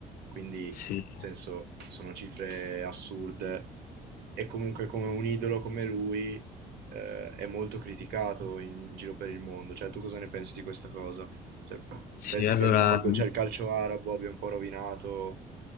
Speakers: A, on the right; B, on the left.
A: Quindi,
B: Sì,
A: nel senso, sono cifre assurde. E comunque come un idolo come lui eh, è molto criticato in giro per il mondo. Cioè, tu cosa ne pensi di questa cosa? Cioè,
B: sì,
A: pensi
B: allora...
A: che il mondo, cioè il calcio arabo abbia un po' rovinato